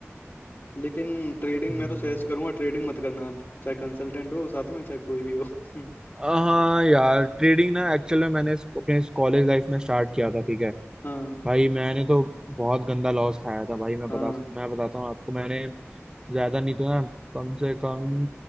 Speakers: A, on the left (about 45°); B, on the right (about 15°).
A: लेकिन ट्रेडिंग
B: हम्म
A: मैं तो सजेस्ट करूंगा ट्रेडिंग मत करना आप चाहे कंसल्टेंट हो साथ में चाहे कोई भी हो <laughs>
B: हाँ यार ट्रेडिंग ना एक्चुअल में मैंने इस- अपने कॉलेज लाइफ में स्टार्ट किया था ठीक है
A: हाँ
B: भाई मैंने तो बहुत गंदा लॉस खाया था भाई मैं
A: हाँ
B: बता सक मैं बताता हूँ आपको मैंने ज्यादा नहीं तो ना कम से कम